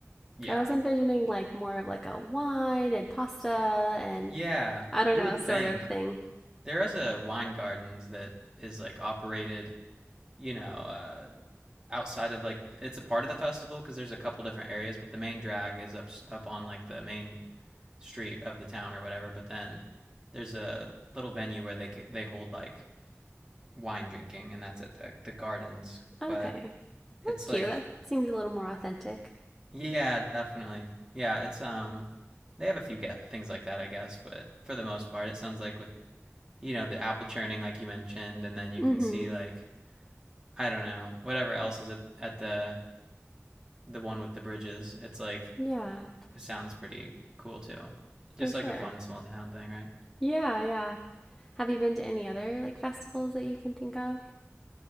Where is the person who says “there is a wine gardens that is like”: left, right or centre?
Right